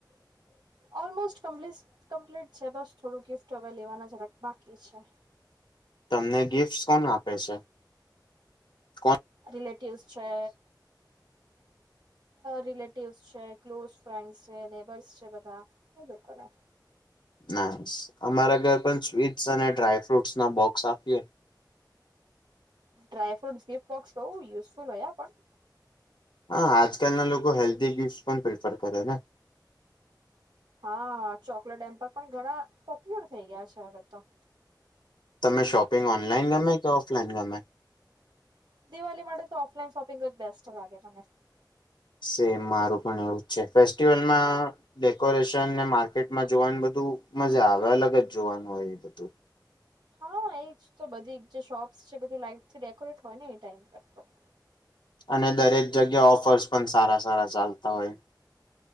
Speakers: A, on the right; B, on the left.
A: ઓલમોસ્ટ કમ્પ્લીટ છે બસ થોડું ગિફ્ટ હવે લેવાના જરા બાકી છે
B: તમને ગિફ્ટ્સ કોણ આપે છે કો
A: રિલેટિવ્સ છે રિલેટિવસ છે ક્લોઝ ફ્રેન્ડ છે નેબર્સ છે બધા એ લોકોને
B: નાઇસ અમારા ઘર પણ સ્વીટસ અને ડ્રાયફ્રૂટસ ના બોક્સ આપીએ
A: ડ્રાયફ્રુટ ગિફ્ટ બોક્સ બહુ યુઝફુલ હોય પણ
B: હા આજકાલના લોકો હેલ્ધી ગિફ્ટ પણ પ્રેફર કરે ને
A: હા ચોકલેટ હેમ્પર પણ ઘણા પોપ્યુલર થઈ ગયા છે હવે તો
B: તમે શોપિંગ ઓનલાઈન ગમે કે ઓફલાઈન ગમે
A: દિવાળી માટે તો ઓફલાઈન શોપિંગ જ બેસ્ટ લાગે મને
B: સેમ મારું પણ એવું છે ફેસ્ટિવલમાં ડેકોરેશન ને માર્કેટમાં જોવાની બધું મજા આવે અલગ જ જોવાનું હોય એ બધું.
A: હા એજ તો બધી જે શોપ્સ છે બધું લાઈટ છે ડેકોરેટ હોય ને એ ટાઈમ પર. તો
B: અને દરેક જગ્યા ઓફર્સ પણ સારા સારા ચાલતા હોય.